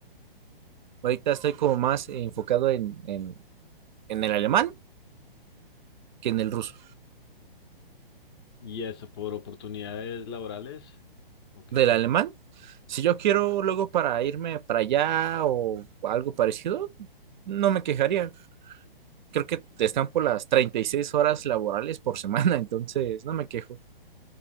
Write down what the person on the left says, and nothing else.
¿Y eso por oportunidades laborales? ¿O qué
ha pensado?